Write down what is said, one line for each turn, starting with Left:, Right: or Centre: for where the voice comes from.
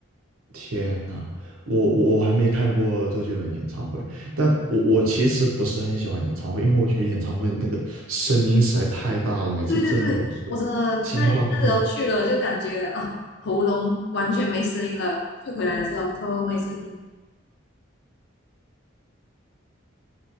Right: 天呐，我我我还没看过周杰伦演唱会，但我我其实不是很喜欢演唱会，因为我觉得演唱会那个声音实在太大了，每次震得我这个心脏痛。
Left: 对对对，我真的那那时候去了就感觉啊喉咙完全没声音了，就回来的时候喉咙没声音，